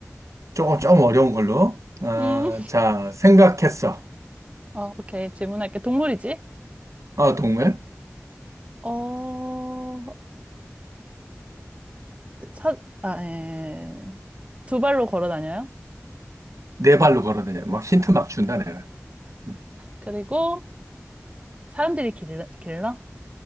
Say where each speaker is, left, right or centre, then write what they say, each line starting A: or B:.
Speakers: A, on the right; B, on the right.
A: 조금, 조금 어려운 걸로. 어,
B: 음,
A: 자, 생각했어.
B: 어, 오케이. 질문할게. 동물이지?
A: 어, 동물.
B: 어, 사, 아, 예. 두 발로 걸어 다녀요?
A: 네 발로 걸어다녀. 막 힌트 막 준다, 내가. 응.
B: 그리고 사람들이 길러? 길러?